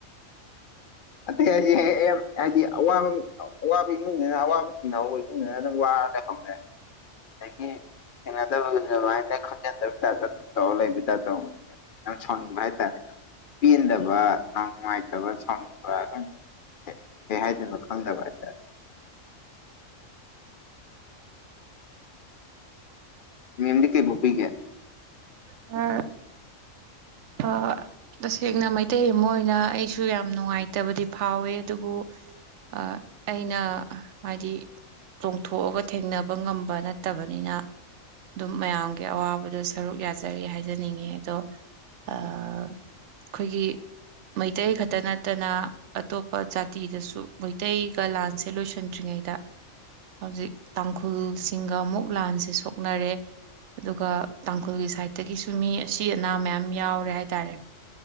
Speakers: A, on the left; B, on the right.
A: ꯑꯇꯩ ꯍꯥꯏꯁꯦ ꯍꯦꯛ ꯍꯥꯏꯗꯤ ꯑꯋꯥꯕ ꯑꯋꯥꯕ ꯏꯃꯨꯡꯅꯤꯅ ꯑꯋꯥꯕ ꯊꯦꯡꯅꯍꯧꯕꯩ ꯏꯃꯨꯡꯗꯅ ꯑꯗꯨꯝ ꯋꯥꯔ ꯂꯩꯍꯧꯔꯦ ꯑꯗꯒꯤ ꯊꯦꯡꯅꯗꯕ ꯑꯗꯨꯃꯥꯏꯅ ꯈꯪꯖꯟꯅꯗꯕꯩ ꯇꯥꯏꯞꯇ ꯑꯗꯨꯝ ꯇꯧꯔ ꯂꯩꯕꯩ ꯇꯥꯏꯞ ꯇꯧꯕꯁꯦ ꯌꯥꯝ ꯁꯥꯎꯅꯤꯡꯕ ꯍꯥꯏꯇꯥꯔꯦ ꯌꯥꯝ ꯄꯦꯟꯗꯕ ꯌꯥꯝ ꯅꯨꯡꯉꯥꯏꯇꯕ ꯁꯥꯎꯅꯤꯡ ꯍꯣꯏ <unintelligible> ꯀꯩ ꯍꯥꯏꯗꯣꯏꯅꯣ ꯈꯪꯗꯕ ꯍꯥꯏꯇꯥꯔꯦ ꯃꯦꯝꯗꯤ ꯀꯩ ꯕꯣꯛꯄꯤꯒꯦ
B: ꯁꯥꯔ ꯑꯥ ꯇꯁꯦꯡꯅ ꯃꯩꯇꯩ ꯑꯃ ꯑꯣꯏꯅ ꯑꯩꯁꯨ ꯌꯥꯝ ꯅꯨꯡꯉꯥꯏꯇꯕꯗꯤ ꯐꯥꯎꯋꯦ ꯑꯗꯨꯕꯨ ꯑ ꯑꯩꯅ ꯍꯥꯏꯗꯤ ꯆꯣꯡꯊꯣꯛꯑꯒ ꯊꯦꯡꯅꯕ ꯉꯝꯕ ꯅꯠꯇꯕꯅꯤꯅ ꯑꯗꯨꯝ ꯃꯌꯥꯝꯒꯤ ꯑꯋꯥꯕꯗ ꯁꯔꯨꯛ ꯌꯥꯖꯔꯤ ꯍꯥꯏꯖꯅꯤꯡꯉꯦ ꯑꯗꯣ ꯑꯥ ꯑꯩꯈꯣꯏꯒꯤ ꯃꯩꯇꯩ ꯈꯛꯇ ꯅꯠꯇꯅ ꯑꯇꯣꯞꯄ ꯖꯥꯇꯤꯗꯁꯨ ꯃꯩꯇꯩꯒ ꯂꯥꯟꯁꯦ ꯂꯣꯏꯁꯟꯗ꯭ꯔꯤꯉꯩꯗ ꯍꯧꯖꯤꯛ ꯇꯥꯡꯈꯨꯜꯁꯤꯡꯒ ꯑꯃꯨꯛ ꯂꯥꯟꯁꯦ ꯁꯣꯛꯅꯔꯦ ꯑꯗꯨꯒ ꯇꯥꯡꯈꯨꯜꯒꯤ ꯁꯥꯏꯠꯇꯒꯤꯁꯨ ꯃꯤ ꯑꯁꯤ ꯑꯅꯥ ꯃꯌꯥꯝ ꯌꯥꯎꯔꯦ ꯍꯥꯏꯇꯥꯔꯦ